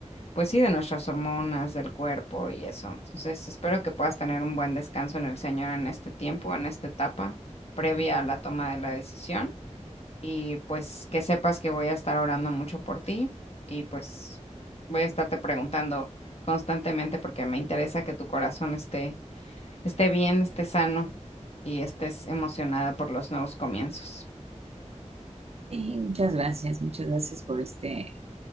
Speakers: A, on the left; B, on the right.
A: pues sí, de nuestras hormonas, del cuerpo y eso. Entonces, espero que puedas tener un buen descanso en el Señor en este tiempo, en esta etapa previa a la toma de la decisión. Y pues que sepas que voy a estar orando mucho por ti y pues voy a estarte preguntando constantemente porque me interesa que tu corazón esté, esté bien, esté sano y estés emocionada por los nuevos comienzos.
B: sí, muchas gracias, muchas gracias por este